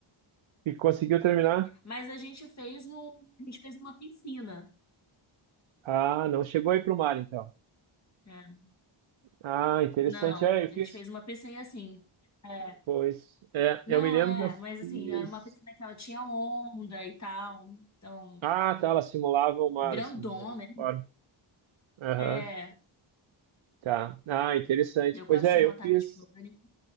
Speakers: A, on the right; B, on the left.
A: E conseguiu terminar?
B: Mas a gente fez no, a gente fez uma piscina.
A: Ah, não chegou aí para o mar, então.
B: É.
A: Ah, interessante.
B: Não,
A: É, eu
B: a
A: fiz.
B: gente fez uma piscina assim. É,
A: Pois, é,
B: não
A: eu me lembro
B: é,
A: que eu
B: mas assim,
A: fiz.
B: era uma piscina que ela tinha onda e tal. Então
A: Ah, tá, ela simulava o mar,
B: Grandona,
A: assim, de alguma
B: né?
A: forma. Aham,
B: É,
A: tá. Ah, interessante.
B: eu
A: Pois
B: quase
A: é,
B: tive
A: eu
B: um ataque
A: fiz,
B: de pânico,